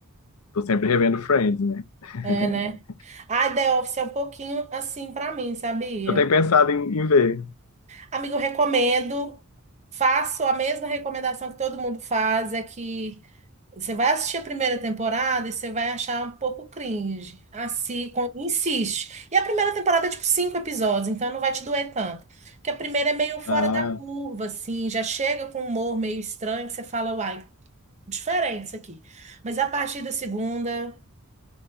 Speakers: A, on the left; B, on the right.
A: tô sempre revendo Friends, né? <laughs>
B: É, né? A The Office é um pouquinho assim pra mim, sabia?
A: Eu tenho pensado em, em ver.
B: Amigo, eu recomendo. Faço a mesma recomendação que todo mundo faz, é que Você vai assistir a primeira temporada e você vai achar um pouco cringe. Assim, com- insiste. E a primeira temporada é tipo cinco episódios, então não vai te doer tanto. Porque a primeira é meio fora
A: Ah.
B: da curva, assim, já chega com um humor meio estranho que você fala, uai, diferente isso aqui. Mas a partir da segunda,